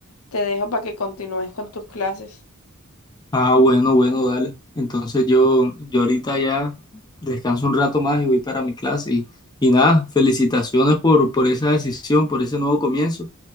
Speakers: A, on the left; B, on the left.
A: te dejo para que continúes con tus clases.
B: Ah, bueno, bueno, dale. Entonces yo, yo ahorita ya descanso un rato más y voy para mi clase. Y, y nada, felicitaciones por, por esa decisión, por ese nuevo comienzo.